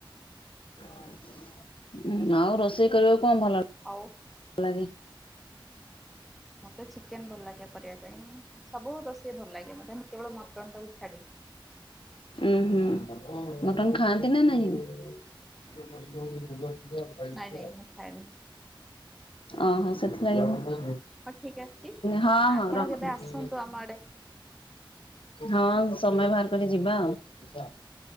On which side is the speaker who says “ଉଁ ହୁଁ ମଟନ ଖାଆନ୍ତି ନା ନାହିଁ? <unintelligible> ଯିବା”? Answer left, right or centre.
Left